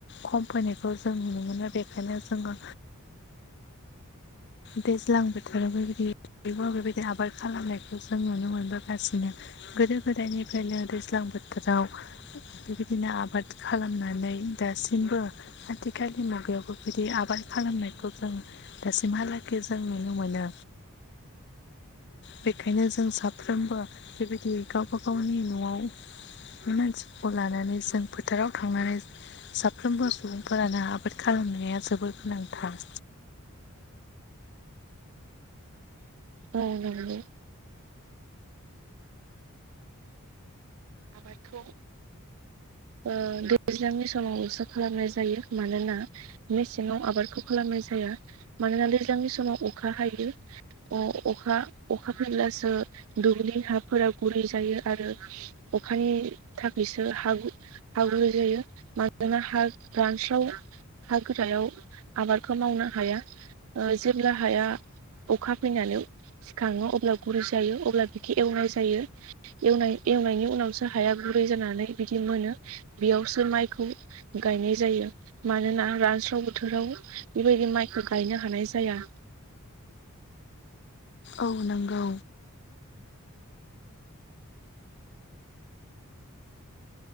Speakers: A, on the left (about 50°); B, on the right (about 65°).
A: खम फैनाय। खौ जों नुनो मोनो बेखायनो जोङो। दैज्लां बोथोराव बेबायदि <unintelligible> बेबायदि आबाद खालामनायखौ जों नुनो मोनबोगासिनो। गोदो गोदायनिफ्रायनो दैज्लां बोथोराव बेबायदिनो आबाद खालामनानै दासिमबो आथि आथिखालनि मुगायावबो बिदि आबाद खालामनायखौ जों हालागै जों नुनो मोनो। बेखायनो जों साफ्रोमबो बेबायदि गावबा गावनि न'आव बे मानसिखौ लानानै जों फोथाराव थांनानै साफ्रोमबो सुबुंफोरानो आबाद खालामनाया जोबोर गोनांथार
B: ओ नोंगौ। आबादखौ ओ दैज्लांनि समावसो खालामनाय जायो मानोना मेसेङाव आबादखौ खालामनाय जाया मानोना दैज्लांनि समाव अखा हायो। ओ अखा अखा फैब्लासो दुब्लि हाफोरा गुरै जायो आरो अखानि थाखायसो हा गु हा गुरै जायो मानोना हा रानस्राव हा गोरायाव आबादखौ मावनो हाया। जेब्ला हाया अखा फैनानै सिखाङो अब्ला गुरै जायो अब्ला बेखौ एवनाय जायो। एवनाय एवनायनि उनावसो हाया गुरै जानानै बिदि मोनो बेयावसो माइखौ गायनाय जायो। मानोना रानस्राव बोथोराव बेबायदि माइखौ गायनो हानाय जाया।
A: औ नंगौ।